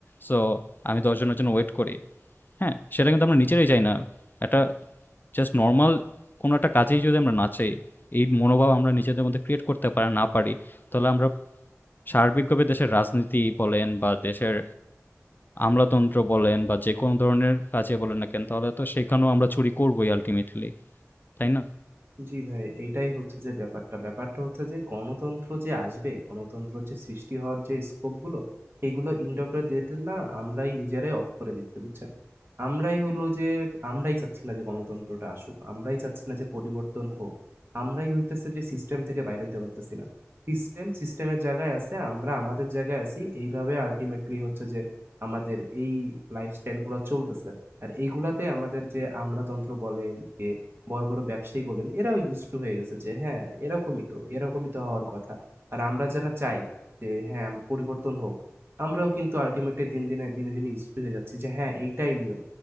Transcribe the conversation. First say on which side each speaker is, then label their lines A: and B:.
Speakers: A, on the left (about 40°); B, on the right (about 45°).
A: সো আমি ১০ জনের জন্য ওয়েট করি।" হ্যাঁ? সেটা কিন্তু আমরা নিজেরাই চাই না। একটা জাস্ট নরমাল কোনো একটা কাজেই যদি আমরা না চাই, এই মনোভাব আমরা নিজেদের মধ্যে ক্রিয়েট করতে পারা না পারি, তাহলে আমরা সার্বিকভাবে দেশের রাজনীতি বলেন বা দেশের আমলাতন্ত্র বলেন বা যেকোনো ধরনের কাজে বলেন না কেন, তাহলে তো সেখানেও আমরা চুরি করবোই আল্টিমেটলি, তাই না?
B: জি ভাই, এইটাই হচ্ছে যে ব্যাপারটা। ব্যাপারটা হচ্ছে যে গণতন্ত্র যে আসবে, গণতন্ত্র যে সৃষ্টি হওয়ার যে স্কোপগুলো, এগুলো ইন্টারপ্রেটের না আমরাই নিজেরাই অফ করে দিচ্ছি, বুঝছেন? আমরাই হইলো যে আমরাই চাচ্ছি না যে গণতন্ত্রটা আসুক। আমরাই চাচ্ছি না যে পরিবর্তন হোক। আমরাই হইতেছে যে সিস্টেম থেকে বাইর হইতে পারতেছি না। সিস্টেম, সিস্টেমের জায়গায় আছে, আমরা আমাদের জায়গায় আছি। এইভাবে আল্টিমেটলি হচ্ছে যে আমাদের এই লাইফস্টাইলগুলা চলতেছে। আর এইগুলাতে আমাদের যে আমলাতন্ত্র বলেন, যে বড়, বড় ব্যবসায়ী বলেন, এরাও used to হয়ে গেছে যে হ্যাঁ, এরকমই তো, এরকমই তো হওয়ার কথা। আর আমরা যারা চাই যে হ্যাঁ, আমরা পরিবর্তন হোক, আমরাও কিন্তু ultimately দিন দিনে দিনে, দিনে used to হয়ে যাচ্ছি যে হ্যাঁ, এইটাই নিয়ম।